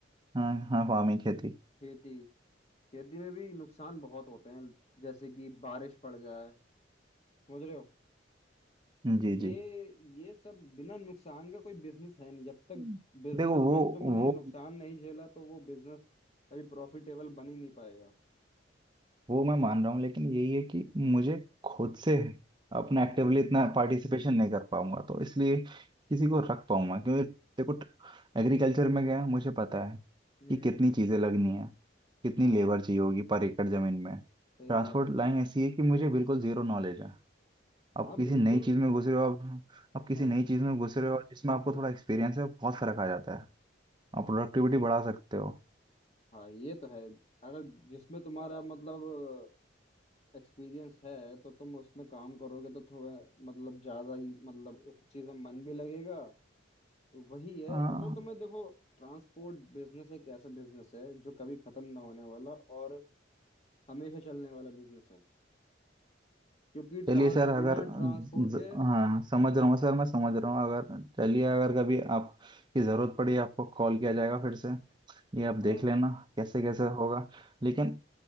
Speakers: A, on the right (about 25°); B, on the left (about 35°).
A: हाँ हाँ फार्मिंग खेती
B: खेती खेती में भी नुकसान बहुत होते हैं जैसे कि बारिश पड़ जाए समझ रहे हो
A: जी
B: ये
A: जी
B: ये सब बिना नुकसान का कोई बिजनेस है नहीं जब तक
A: हम्म।
B: बिजनेस
A: देखो वो
B: में तुमने
A: वो
B: नुकसान नहीं झेला तो वो बिजनेस कभी प्रॉफिटेबल बन ही नहीं पाएगा
A: वो मैं मान रहा हूँ लेकिन यही है कि मुझे खुद से अपना
B: हाँ
A: एक्टिवली इतना पार्टिसिपेशन नहीं कर पाऊंगा तो इसलिए किसी को रख पाऊंगा क्योंकि देखो एग्रीकल्चर
B: हम्म
A: में क्या है मुझे पता है
B: हम्म
A: कि कितनी चीज़ें लगनी है कितनी
B: हाँ
A: लेबर चाहिए होगी पर एकड़ ज़मीन में
B: सही
A: ट्रांसपोर्ट
B: बात है
A: लाइन ऐसी है कि मुझे बिल्कुल ज़ीरो नॉलेज है आप
B: हाँ
A: किसी
B: बिल्कुल
A: नई चीज़ में घुस रहे हो आप आप किसी
B: हाँ
A: नई चीज़ में घुस रहे हो और जिसमें आपको थोड़ा एक्सपीरियंस है बहुत फ़र्क आ जाता है आप प्रोडक्टिविटी बढ़ा सकते हो
B: हाँ ये तो है अगर जिसमें तुम्हारा मतलब एक्सपीरियंस है तो तुम उसमें काम करोगे तो थोड़ा मतलब ज्यादा ही मतलब उस चीज में मन भी लगेगा तो वही है
A: हाँ
B: अगर तुम्हें देखो ट्रांसपोर्ट बिजनेस एक ऐसा बिजनेस है जो कभी खत्म ना होने वाला और हमेशा चलने वाला बिजनेस है क्योंकि
A: चलिए
B: ट्रांस
A: सर अगर
B: बिना ट्रांसपोर्ट
A: ज-
B: के
A: हाँ समझ रहा हूँ सर मैं समझ रहा हूँ अगर चलिए अगर कभी आप की ज़रूरत पड़ी आपको कॉल किया जाएगा फिर से ये आप
B: हाँ
A: देख लेना कैसे कैसे होगा लेकिन